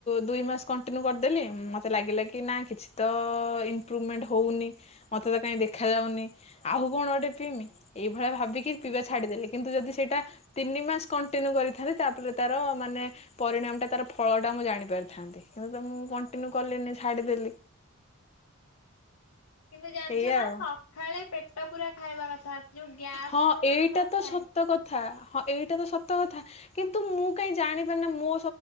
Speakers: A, on the left; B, on the left.
A: ଦୁଇ ମାସ କଣ୍ଟିନ୍ୟୁ <unintelligible> କରିଦେଲି ମତେ ଲାଗିଲା କି ନା କିଛି ତ ଇମପୃଭମେଣ୍ଟ ହଉନି ମତେ ତ କାଇଁ ଦେଖାଯାଉନି। <unintelligible> ଆଉ କଣ ଗୋଟେ ପିଇମି ଏଇ ଭଳିଆ ଭାବିକି ପିଇବା ଛାଡିଦେଲି କିନ୍ତୁ ଯଦି ସେଇଟା ତିନି ମାସ କଣ୍ଟିନ୍ୟୁ କରିଥାନ୍ତି, ତାପରେ ତାର ମାନେ ପରିଣାମ ଟା ତାର ଫଳ ଟା ମୁଁ ଜାଣି ପାରିଥାନ୍ତି କିନ୍ତୁ ତ ମୁଁ କଣ୍ଟିନ୍ୟୁ କଲିିନି ଛାଡିଦେଲି।
B: କିନ୍ତୁ ଜାଣିଛ
A: ଏଇଆ
B: ନା
A: ଆଉ।
B: ସଖାଳେ ପେଟ ପୁରା ଖାଇବା କଥା। ଯୋଉ ଗ୍ୟାସ୍
A: ହଁ,
B: ଯୋଉ
A: ଏଇଟା
B: ମାନଙ୍କର
A: ତ
B: ଥାଏ
A: ସତ କଥା। ହଁ ଏଇଟା ତ ସତ କଥା କିନ୍ତୁ ମୁଁ କାଇଁ ଜାଣିପାରି ନା ମୋ